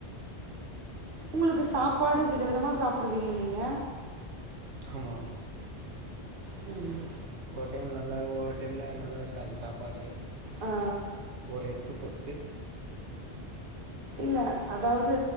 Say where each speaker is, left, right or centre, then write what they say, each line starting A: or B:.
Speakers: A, on the right (about 55°); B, on the right (about 90°).
A: உங்களுக்கு சாப்பாடு வித விதமா சாப்டுவீங்க நீங்க
B: ஆமா ஆமா
A: ம்
B: ஒரு டைம்ல நல்லாருக்கு ஒரு டைம்ல நல்லாருக்காது சாப்பாடு
A: ஆ,
B: ஒரு எத்து பொர்த்து
A: இல்ல அதாவது